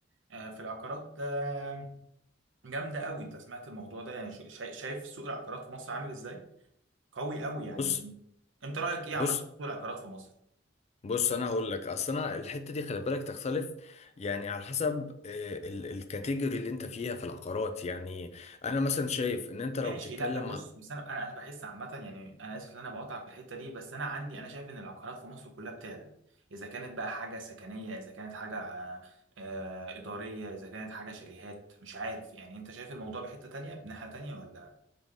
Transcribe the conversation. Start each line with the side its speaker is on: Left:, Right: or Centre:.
Right: آه، في العقارات آه، جامده قوي انت سمعت الموضوع ده يعني شا- شا- شايف سوق العقارات في مصر عامل ازاي قوي قوي يعني
Left: بص
Right: انت رايك ايه
Left: بص
Right: عامه في سوق العقارات في مصر
Left: بص انا هقول لك اصل انا الحته دي خلي بالك تختلف يعني على حسب آه، ال- الكاتيجوري اللي انت فيها في العقارات يعني انا مثلا شايف ان انت لو
Right: ماشي
Left: بتتكلم
Right: لا بص بس انا انا أنا بحس عامه يعني انا اسف ان انا بقاطعك في الحته دي بس انا عندي انا شايف ان العقارات في مصر كلها بتعلى اذا كانت بقى حاجه سكنيه اذا كانت حاجه آه، آه، اداريه اذا كانت حاجه شاليهات مش عارف يعني انت شايف الموضوع بحته تانية بناحيه تانية ولا